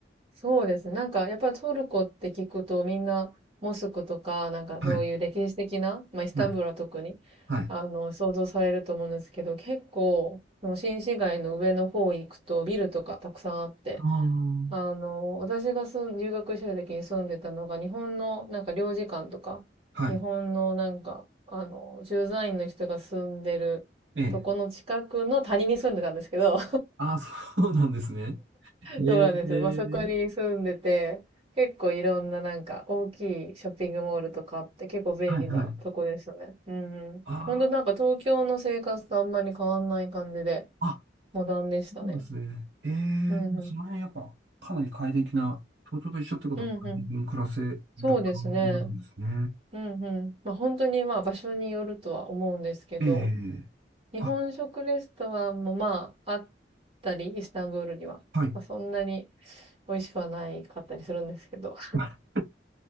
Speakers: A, on the right (about 30°); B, on the right (about 75°).
A: そうですね。なんか、やっぱりトルコって聞くと、みんな、モスクとか、なんかそういう歴史的な、
B: はい。
A: まあ、イスタンブールは特に、
B: はい。はい。
A: あの、想像されると思うんですけど、結構、その新市街の上の方行くと、ビルとかたくさんあって、
B: あ
A: あの、私が住ん、留学してた時に住んでたのが、日本の、なんか領事館とか、
B: あ。はい。
A: 日本の、なんか、あの、駐在員の人が住んでるとこの近くの谷に住んでたんですけど、
B: ええ。ああ、そうなんですね。ええ。
A: そうなんです。まあ、そこに住んでて、結構いろんななんか大きいショッピングモールとかあって結構便利なとこでしたね。
B: はい、はい。
A: うんうん。
B: あ
A: ほんとなんか東京の生活とあんまり変わんない感じで、
B: あ、あ、
A: モダンでしたね。
B: そうなんですね。ええ、
A: うんうん。
B: その辺やっぱかなり快適な、東京と一緒ってことは快適に暮らせる感じなんですね。
A: うんうん。そうですね。うんうん。まあ、本当にまあ場所によるとは思うんですけど、
B: ええ。
A: 日本食レストランもまああったり、
B: あ、
A: イスタンブールには。
B: はい。
A: まあ、そんなに美味しくはないかったりするんですけど。
B: <laughs> そ